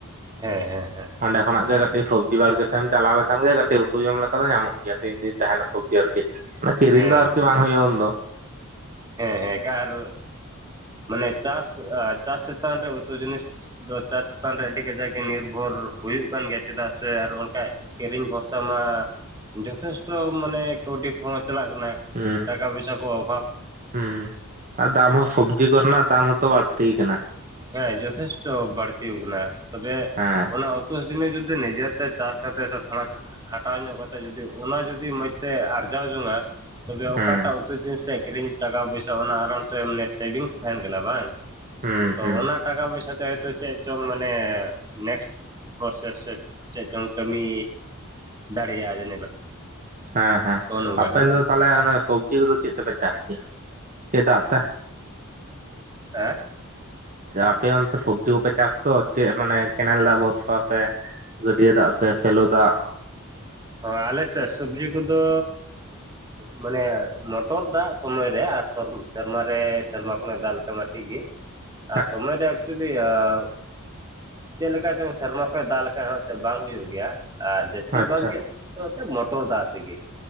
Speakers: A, on the right; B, on the right.
A: ᱦᱮᱸ ᱦᱮᱸ ᱦᱮᱸ ᱾
B: ᱚᱸᱰᱮ ᱠᱷᱚᱱᱟᱜ ᱡᱮ ᱥᱚᱵᱡᱤ ᱵᱟᱲᱜᱮ ᱥᱮᱫ ᱮᱢ ᱪᱟᱞᱟᱣ ᱞᱮᱱ ᱠᱷᱟᱱ ᱜᱮ ᱠᱟᱹᱴᱤᱡ ᱩᱛᱩ ᱡᱚᱢ ᱞᱮᱠᱟ ᱫᱚ ᱧᱟᱢᱚᱜ ᱜᱮᱭᱟ ᱛᱤᱱ ᱫᱤᱱ ᱛᱟᱦᱮᱱᱟ ᱥᱚᱵᱽᱡᱤ ᱟᱨᱠᱤ ᱚᱱᱟ ᱠᱤᱨᱤᱧ
A: ᱦᱮᱸ
B: ᱫᱚ ᱟᱨᱠᱤ ᱵᱟᱝ ᱦᱩᱭᱩᱜᱼᱟ ᱩᱱ ᱫᱚ ᱾
A: ᱦᱮᱸ ᱦᱮᱸ ᱟᱨ ᱢᱟᱱᱮ ᱪᱟᱥ ᱪᱟᱥ ᱪᱮᱛᱟᱱ ᱨᱮ ᱩᱛᱩ ᱡᱤᱱᱤᱥ ᱫᱚ ᱪᱟᱥ ᱪᱮᱛᱟᱱ ᱨᱮ ᱟᱹᱰᱤ ᱜᱟᱡᱟᱠ ᱜᱮ ᱱᱤᱨᱵᱷᱚᱨ ᱦᱩᱭᱩᱜ ᱠᱟᱱ ᱜᱮᱭᱟ ᱪᱮᱫᱟᱜ ᱥᱮ ᱟᱨ ᱵᱟᱝᱠᱟᱡ ᱠᱤᱨᱤᱧ ᱵᱷᱚᱨᱥᱟ ᱢᱟ ᱡᱚᱛᱷᱮᱥᱴᱚ ᱢᱟᱱᱮ ᱠᱟᱹᱣᱰᱤ ᱠᱚᱦᱚᱸ ᱪᱟᱞᱟᱜ ᱠᱟᱱᱟ
B: ᱦᱩᱸ
A: ᱴᱟᱠᱟ ᱯᱚᱭᱥᱟ ᱠᱚ ᱚᱵᱷᱟᱵᱽ ᱾
B: ᱦᱩᱸ, ᱟᱨ ᱫᱟᱢ ᱦᱚᱸ ᱥᱚᱵᱽᱡᱤ ᱠᱚᱨᱮᱱᱟᱜ ᱫᱟᱢ ᱦᱚᱸᱛᱚ ᱵᱟᱲᱛᱤ ᱟᱠᱟᱱᱟ ᱾
A: ᱦᱮᱸ ᱡᱚᱛᱷᱮᱥᱴᱚ ᱵᱟᱹᱲᱛᱤ ᱟᱠᱟᱱᱟ ᱛᱚᱵᱮ,
B: ᱦᱮᱸ ᱾
A: ᱚᱱᱟ ᱩᱛᱩ ᱡᱤᱱᱤᱥ ᱡᱩᱫᱤ ᱱᱤᱡᱮᱛᱮ ᱪᱟᱥ ᱠᱟᱛᱮ ᱥᱮ ᱛᱷᱚᱲᱟ ᱠᱷᱟᱴᱟᱣ ᱧᱚᱜ ᱠᱟᱛᱮ ᱡᱩᱫᱤ ᱚᱱᱟ ᱡᱩᱫᱤ ᱢᱚᱡᱽ ᱛᱮ ᱟᱨᱡᱟᱣ ᱡᱚᱝᱟ ᱛᱚᱵᱮ
B: ᱦᱩᱸ
A: ᱚᱠᱟᱴᱟᱜ ᱩᱛᱩ ᱡᱤᱱᱤᱥ ᱥᱮ ᱠᱤᱨᱤᱧ ᱴᱟᱠᱟ ᱯᱚᱭᱥᱟ ᱚᱱᱟ ᱟᱨᱟᱢ ᱥᱮ ᱢᱟᱱᱮ ᱥᱮᱵᱷᱤᱝ ᱛᱟᱦᱮᱱ ᱠᱟᱱᱟ ᱵᱟᱝ
B: ᱦᱩᱸ
A: ᱛᱚ
B: ᱦᱩᱸ
A: ᱚᱱᱟ ᱴᱟᱠᱟ ᱯᱚᱭᱥᱟ ᱛᱮ ᱦᱚᱭᱛᱚ ᱪᱮᱫ ᱪᱚᱝ ᱢᱟᱱᱮ ᱱᱮᱠᱥᱴ <unintelligible> ᱪᱮᱫ ᱪᱚᱝ ᱠᱟᱢᱤ ᱫᱟᱲᱮᱭᱟᱜᱼᱟ᱾
B: ᱦᱮᱸ ᱦᱮᱸ
A: ᱛᱚ ᱱᱚᱝᱠᱟ
B: ᱟᱯᱮ
A: ᱠᱟᱱᱟ
B: ᱫᱚ ᱛᱟᱦᱚᱞᱮ ᱥᱚᱵᱽᱡᱤ ᱠᱚ ᱫᱚ ᱪᱮᱫ ᱛᱮᱯᱮ ᱪᱟᱥ ᱠᱮᱭᱟ ᱪᱮᱫ ᱫᱟᱜ ᱛᱮ
A: ᱦᱮᱸ
B: ᱟᱯᱮ ᱚᱱᱛᱮ ᱥᱚᱵᱡᱤ ᱠᱚᱯᱮ ᱪᱟᱥ ᱛᱚ ᱪᱮᱫ ᱢᱟᱱᱮ ᱠᱮᱱᱮᱞ ᱫᱟᱜ ᱵᱷᱚᱨᱥᱟ ᱥᱮ ᱜᱟᱹᱰᱭᱟᱹ ᱫᱟᱜ ᱥᱮ ᱥᱮᱞᱚ ᱫᱟᱜ
A: ᱦᱮ ᱟᱞᱮᱥᱮᱫ ᱥᱚᱵᱡᱤ ᱠᱚᱫᱚ ᱢᱟᱱᱮ ᱢᱚᱴᱚᱨ ᱫᱟᱜ ᱥᱚᱢᱚᱭ ᱨᱮ ᱟᱨ ᱥᱮᱨᱢᱟᱨᱮ ᱥᱮᱨᱢᱟ ᱠᱷᱚᱱᱮ ᱫᱟᱜ ᱞᱮᱠᱟ ᱢᱟ ᱴᱤᱡ ᱜᱮ
B: <inaudible>
A: ᱟᱨ ᱥᱚᱢᱚᱭ ᱨᱮ <unintelligible> ᱪᱮᱫ ᱞᱮᱠᱟ ᱪᱚᱝ ᱥᱮᱨᱢᱟ ᱠᱷᱚᱱ ᱫᱟᱜ ᱞᱮᱠᱷᱟᱱᱡ ᱦᱚᱸ ᱮᱱᱛᱮᱫ ᱵᱟᱝ ᱦᱩᱭᱩᱜ ᱜᱮᱭᱟ᱾ ᱟᱨ ᱡᱟᱹᱥᱛᱤ
B: ᱟᱪᱪᱷᱟ
A: ᱵᱷᱟᱜᱽ ᱜᱮ ᱫᱚ ᱮᱱᱛᱮᱫ ᱢᱚᱴᱚᱨ ᱫᱟᱜ ᱛᱮᱜᱮ